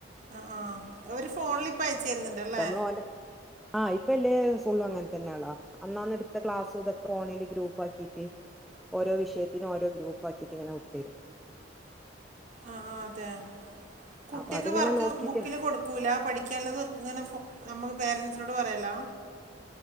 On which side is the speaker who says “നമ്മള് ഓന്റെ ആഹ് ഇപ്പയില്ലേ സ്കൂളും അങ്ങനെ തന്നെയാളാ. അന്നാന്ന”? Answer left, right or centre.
Centre